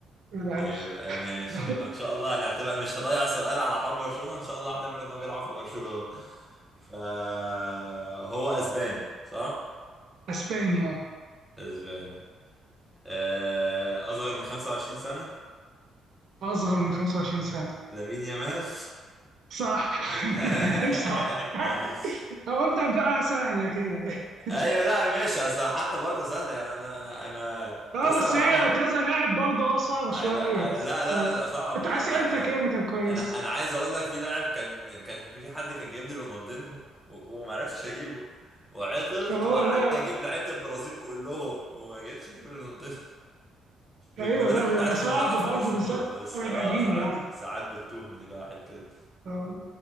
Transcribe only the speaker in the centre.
يبقى ماشي
يبقى ان شاء الله هنعتبر مش هضيع سؤال على حوار برشلونة ان شاء الله هعتبر انه بيلعب في برشلونة فهو اسباني صح؟
اسباني آه، اصغر من 25 سنة
لامين يامال
<laughs>
ايوه لا ماشي اصل حتى برضه سهله يعني انا انا انا كنت
لسه
بلعبها
انا انا
لا لا
ده صعب على
فكره
يعني انا
انا انا عايز اقول لك في لاعب كان كان في حد كان جايب لي رونالدينهو و- وما عرفتش اجيبه وعطلت
وقعدت
اجيب لعيبه البرازيل كلهم وما جيتش اجيب رونالدينهو رغم
ان انا
كنت
عارف
انه لعب
في برشلونه
بس
اه
ساعات
ساعات بتوه من الواحد كده